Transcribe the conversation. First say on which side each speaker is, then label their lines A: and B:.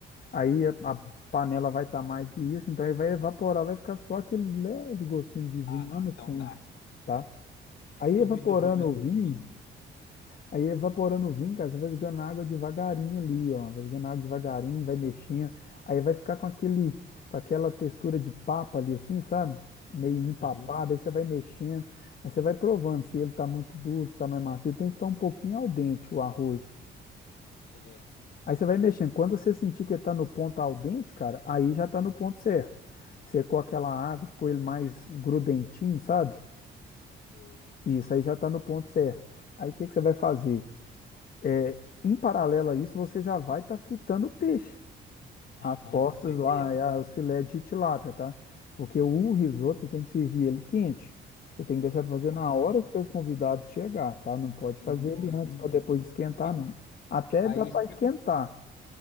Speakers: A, on the left; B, on the left.
A: Aí a,
B: uhum.
A: a panela vai estar mais que isso, então ele vai evaporar, vai ficar só aquele leve gostinho de vinho
B: Ah, não,
A: lá no
B: então
A: fundo,
B: tá.
A: tá? Aí
B: Sou
A: evaporando
B: muito ruim na
A: o
B: cozinha.
A: vinho, Aí evaporando o vinho, cara, você vai jogando água devagarinho ali, ó. Vai jogando água devagarinho, vai mexendo. Aí vai ficar com aquele, com aquela textura de papa ali, assim, sabe? Meio empapada.
B: Uhum.
A: Aí você vai mexendo. Aí você vai provando se ele tá muito duro, se tá mais macio. Tem que ficar um pouquinho al dente o arroz.
B: É.
A: Aí você vai mexendo. Quando você sentir que ele tá no ponto al dente, cara, aí já tá no ponto certo. Secou aquela água, ficou ele mais grudentinho, sabe?
B: Sei.
A: Isso aí já tá no ponto certo. Aí o que que você vai fazer? É, em paralelo a isso, você já vai estar fritando o peixe.
B: Aham,
A: As postas
B: com certeza.
A: lá, é, a- os filés de tilápia, tá? Porque o risoto você tem que servir ele quente. Você tem que deixar para fazer
B: Ah,
A: na hora que seus convidados chegar, tá? Não pode
B: não,
A: fazer ele
B: entendi.
A: antes para depois esquentar,
B: E
A: não. Até
B: Aí
A: dá para
B: se.
A: esquentar,